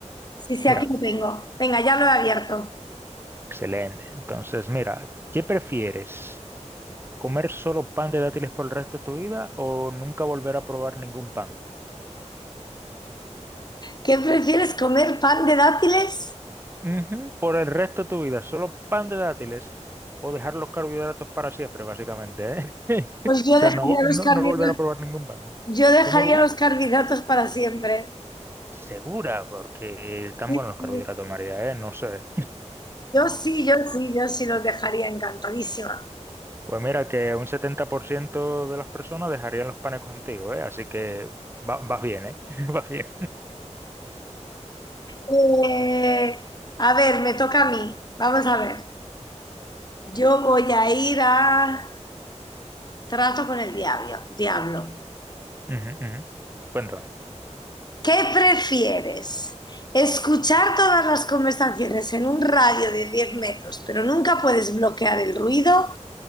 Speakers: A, on the left (about 35°); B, on the right (about 20°).
A: Sí, sí,
B: Mira,
A: aquí lo tengo. Venga, ya lo he abierto.
B: excelente, entonces mira, ¿qué prefieres? ¿Comer solo pan de dátiles por el resto de tu vida o nunca volver a probar ningún pan?
A: ¿Qué prefieres comer pan de dátiles?
B: Ujú, Por el resto de tu vida, solo pan de dátiles o dejar los carbohidratos para siempre, básicamente, ¿eh? <laughs>
A: Pues yo
B: O sea,
A: dejaría
B: no,
A: los
B: no,
A: carbohidratos,
B: no volver a probar ningún pan.
A: yo dejaría
B: ¿Cómo, cómo?
A: los carbohidratos para siempre.
B: Segura, porque están
A: Sí,
B: buenos los
A: sí.
B: carbohidratos, María, ¿eh? No sé.
A: Yo sí, yo sí, yo sí los dejaría encantadísima.
B: Pues <laughs> mira que un 70% de las personas dejarían los panes contigo, ¿eh? Así que va- vas bien, ¿eh? <laughs> Vas bien.
A: Eh, a ver, me toca a mí. Vamos a ver. Yo voy a ir a trato con el diablo. diablo.
B: Ujú, ujú. Cuéntame.
A: ¿Qué prefieres? ¿Escuchar todas las conversaciones en un radio de 10 metros, pero nunca puedes bloquear el ruido?